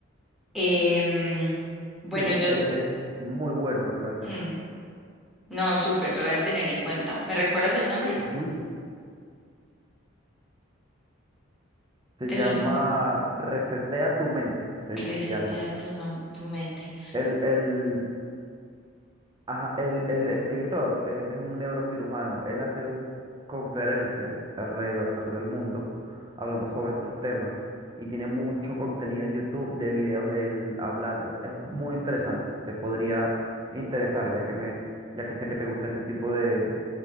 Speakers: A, in the centre; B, on the right.
A: Em, bueno,
B: Sí,
A: yo...
B: e- es muy bueno realmente.
A: mm, no, súper, lo voy a tener en cuenta. ¿Me recuerdas el nombre?
B: Ujú. Se
A: El
B: llama Resetea tu mente, se
A: Resetea
B: llama.
A: tu, nom- tu mente.
B: El, el, Ajá, el, el escritor, él es un neurocirujano, él hace conferencias alrededor del mundo hablando sobre estos temas y tiene mucho contenido en YouTube de videos de él hablando. Es muy interesante, te podría interesar ya que me, ya que sé que te gusta este tipo de,